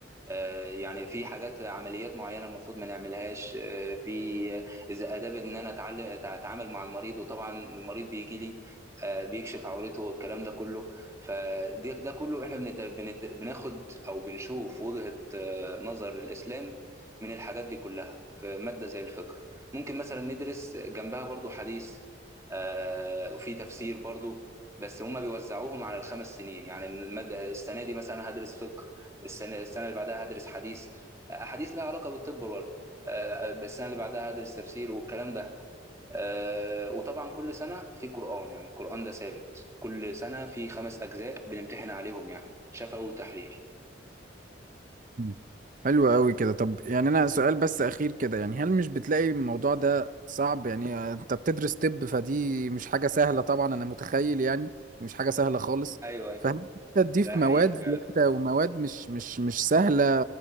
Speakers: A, on the right (about 15°); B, on the right (about 45°).
A: آه، يعني في حاجات عمليات معينه المفروض ما نعملهاش آه، في اذا اداب ان انا اتعلم اتعامل مع المريض وطبعا المريض بيجي لي آه، بيكشف عورته والكلام ده كله فده ده كله احنا بنت... بنت... بناخد او بنشوف وجهه آه، نظر الاسلام من الحاجات دي كلها في ماده زي الفقه ممكن مثلا ندرس جنبها برضو حديث آه، وفي تفسير برضو بس هما بيوزعوهم على الخمس سنين يعني المادة السنة دي مثلا هدرس فقه السنه السنه اللي بعدها هدرس حديث احاديث لها علاقه بالطب برضه آه، السنه اللي بعدها هدرس تفسير والكلام ده آه، وطبعا كل سنه في قران يعني القران ده ثابت كل سنه في خمس اجزاء بنمتحن عليهم يعني شفوي وتحرير
B: مم. حلو قوي كده طب يعني انا سؤال بس اخير كده يعني هل مش بتلاقي الموضوع ده صعب يعني انت بتدرس طب فدي مش حاجة سهلة طبعا انا متخيل يعني دي مش حاجة سهلة خالص
A: ايوه ايوه
B: فهل انت تضيف
A: ده حقيقي
B: مواد زيادة
A: فعلا
B: ومواد مش مش مش سهلة